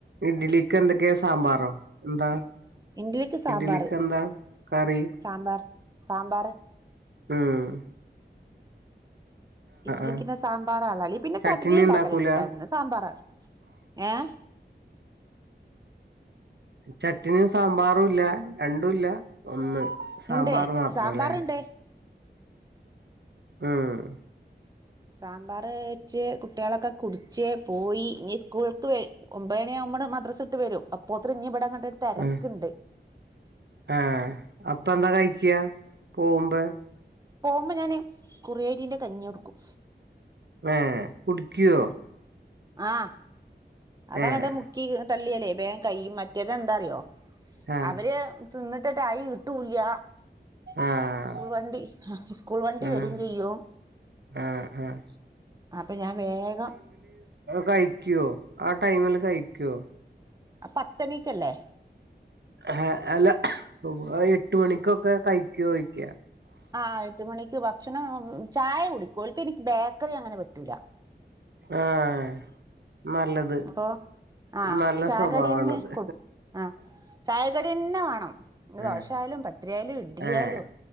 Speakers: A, on the right; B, on the right.
A: ഇഡ്ഡലിക്കെന്തൊക്കെയാ സാമ്പാറോ എന്താ
B: ഇഡലിക്ക്‌ സാമ്പാറ്
A: ഇഡ്ലിക്ക് എന്താ കറി
B: സാമ്പാർ സാമ്പാറ്.
A: ഊം.
B: ഇഡലിക്ക്‌
A: ആഹ്
B: സാമ്പാറാ അല്ലെങ്കി ൽ പിന്നെ
A: ചട്ടിണി
B: ചട്നീം ഉണ്ടാക്കൽ
A: ഉണ്ടാക്കൂല
B: ഉണ്ട്ട്ടോ ഇന്ന് സാമ്പാറാ. ഏഹ്
A: ചട്ട്നീം സാമ്പാറൂല്ല രണ്ടു ഇല്ലാ ഒന്ന് സാമ്പാറ്
B: ഇണ്ട്
A: മാത്രല്ലേ.
B: സാമ്പാറുണ്ട്
A: ഊം
B: സാമ്പാറ് ഒഴിച്ചു കുട്ടികളൊക്ക കുടിച്ച് പോയി ഇനി സ്കൂൾക്ക് വെരും ഒമ്പരയാവു <unintelligible> മദ്രസ ഇട്ട് വരും അപ്പോത്രിനിവിടങ്ങാടൊരുതെരക്കിണ്ട്.
A: ഉം ആഹ് അപ്പെന്താ കഴിക്ക്യ പോവുമ്പ്.
B: പോകുമ്പോൾ ഞാൻ കുറിയരീന്റെ കഞ്ഞി കൊടുക്കും.
A: ഹെ കുടിക്ക്യോ
B: ആഹ് അതങ്ങട്ട്
A: ഏഹ്
B: മുക്കി തള്ളിയാല് വേഗം കഴിയും മറ്റേത് എന്താന്നറിയോ
A: ആഹ്
B: അവര് തിന്നിട്ട് ആയികിട്ടൂല
A: ആഹ്
B: സ്കൂൾ വണ്ടി സ്കൂൾ വണ്ടി
A: ആഹ്
B: വരും ചെയ്യും
A: ആഹ് ആഹ്
B: അപ്പൊ ഞാൻ വേഗം
A: കഴിക്കുമോ ആ ടൈമില് കഴിക്കുമോ
B: പത്തണിക്കല്ലേ
A: ആഹ് അല്ല എട്ട് മണിക്കൊക്കെ കഴിക്കോന്ന് ചോദിക്
B: ആ എട്ട് മണിക്ക് ഭക്ഷണം ചായ കുടിക്കും ഓൾക്ക് ബേക്കറി അങ്ങനെ പറ്റൂല
A: ആഹ് നല്ലത്
B: അപ്പൊ ആഹ്
A: നല്ല
B: ചായക്കടിയന്നെ
A: സ്വഭാവണത്
B: കൊ ആഹ് ചായക്കടിന്നെ വേണം ദോശയാലും
A: ആഹ്
B: പത്തിരി ആയാലും ഇഡ്ഡലി
A: ഏഹ്
B: ആയാലും